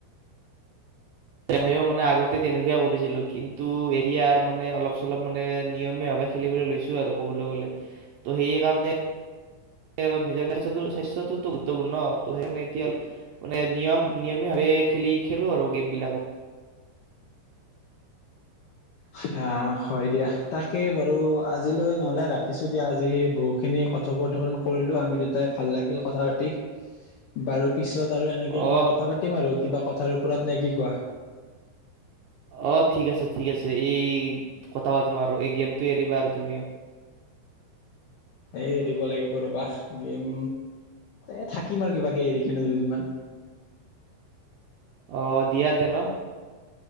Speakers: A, on the right; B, on the left.
A: ময়ো মানে আগতে তেনেকুৱাই কৰিছিলো কিন্তু এৰিয়াৰ মানে অলপ চলপ মানে নিয়মীয়া ভাৱে খেলিবলৈ লৈছো আৰু ক'বলৈ গ'লে ত' সেই কাৰণে অলপ নিজৰ স্বাস্থ্যটোতো গুৰুত্বপূৰ্ণ ত' সেইকাৰে এতিয়া অলপ মানে নিয়ম নিয়মীয়াভাৱে খেলি খেলোঁ আৰু গেমবিলাকক
B: হা হয় দিয়া তাকেই বাৰু আজিলৈ নহলে ৰাখিছো দিয়া আজি বহু খিনি কথা বতৰা কৰিলো আমি দুটাই ভাল লাগিল কথা পাতি বাৰু পিছ পিছত আৰু এনেকে
A: অহ
B: কিবা কথা পাতিম আৰু কিবা কথাৰ ওপৰত নে কি কোৱা?
A: অ ঠিক আছে ঠিক আছে এই কথা পাতিম আৰু এই গেমটো এৰিবা আৰু তুমিও।
B: এই এৰিব লাগিব ৰ'বা গেম এই থাকিম আৰু কিবা কিবি এৰি কিনে দুদিনমান।
A: আহ দিয়া তে ন